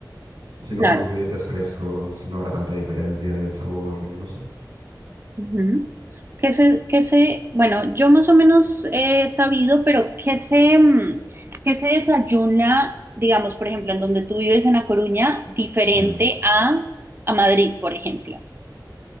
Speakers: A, on the right; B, on the right.
A: si no
B: Claro.
A: son ingredientes frescos, no habrá tanta diferencia de sabor, no sé.
B: Ujú. Que se, que se, bueno, yo más o menos he sabido, pero que se, mm, que se desayuna, digamos, por ejemplo, en donde tú vives en La Coruña, diferente
A: Mm.
B: a, a Madrid, por ejemplo.